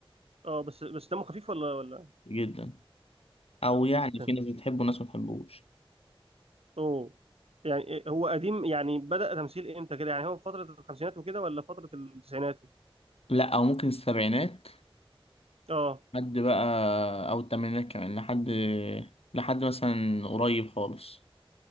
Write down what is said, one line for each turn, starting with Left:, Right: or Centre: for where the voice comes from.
Right: اه بس بس دمه خفيف ولا ولا
Left: جدا او
Right: جدا
Left: يعني في ناس بتحبه وناس ما بتحبوش
Right: اوه يعني إيه، هو قديم يعني بدأ تمثيل امتى كده يعني هو في فترة الخمسينات وكده ولا فترة التسعينات
Left: لا او ممكن السبعينات
Right: اه
Left: لحد بقى او الثمانينات كمان لحد لحد مثلا قريب خالص